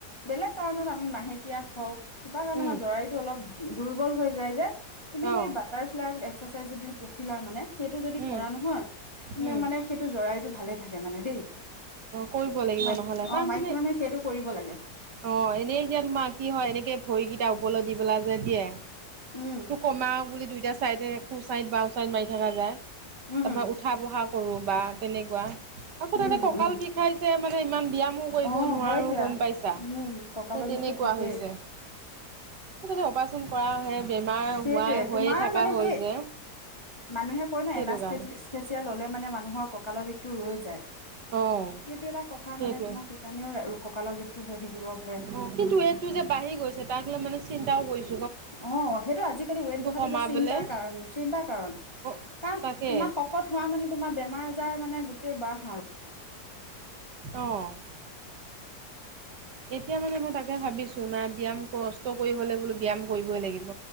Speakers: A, on the left; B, on the right.
A: বেলেগ কাৰণত আমি মাহেকীয়া হওক, কিবা কাৰণে
B: উম
A: আমাৰ জৰাইতো অলপ দুৰ্বল হৈ যায় যে। তুমি
B: অ
A: সেই বাটাৰফ্লাই এক্সাৰচাইজ যদি পখিলাৰ মানে, সেইটো যদি
B: উম
A: কৰা নহয়, তুমি
B: উম
A: মানে সেইটো জৰাইটো ভালে থাকে মানে দেই,
B: কৰিব লাগিব
A: মাইকী
B: নহ'লে তাৰমানে
A: অ' মাইকী মানুহে সেইটো কৰিব লাগে।
B: অ' এনেই এতিয়া তোমাৰ কি হয় এনেকে ভৰিকেইটা উপৰলে দি পেলাই যে দিয়ে।
A: উম্
B: সোমাওগ বুলি দুইটা চাইডে সোঁ চাইদ বাওঁ চাইত মাৰি থকা যায়,
A: উম
B: তাৰ উঠা বহা কৰোঁ বা তেনেকুৱা। আকৌ
A: উম
B: তাতে
A: উম
B: কঁকাল
A: উম
B: বিষাই যে, মানে ইমান ব্যায়ামো কৰিব
A: অ
B: নোৱাৰো
A: হয় দিয়া
B: গম পাইছা।
A: উম কঁকালৰ
B: সেই তেনেকুৱা
A: বিষটো থাকেই
B: হৈছে, তাতে অপাৰেচন কৰাহে বেমাৰ
A: সেইটোয়ে,
B: হোৱা হৈয়ে
A: তোমাৰ
B: থকা
A: মানে
B: হ'ল
A: কি
B: যে
A: মানুহে কয় ন
B: সেইটো
A: এনাস্থেচিয়া
B: কাৰণে।
A: এনাস্থেচিয়া ল'লে মানে মানুহৰ কঁকালৰ বিষটো ৰৈ যায়,
B: অ',
A: সেইটো এটা কথা
B: সেইটোৱে
A: মানে তোমাৰ সেই কাৰণেও কঁকালৰ বিষটো হৈ থাকিব পাৰে।
B: অ', কিন্তু এইটো যে বাঢ়ি গৈছে তাক লৈ মানে চিন্তাও কৰিছো।
A: অ' সেইটো আজিকালি ৱেট বহাটো
B: কমাবলে
A: এটা চিন্তাৰ কাৰণ চিন্তাৰ কাৰণ।
B: অ'
A: কাৰণ
B: তাকে।
A: তোমাৰ শকত হোৱা মানে তোমাৰ বেমাৰ আজাৰ মানে গোটেই বাহ আৰু।
B: অ'। এতিয়া মানে মই তাকে ভাবিছো, নাই ব্যায়াম কষ্ট কৰি হলে বোলো ব্যায়াম কৰিবই লাগিব।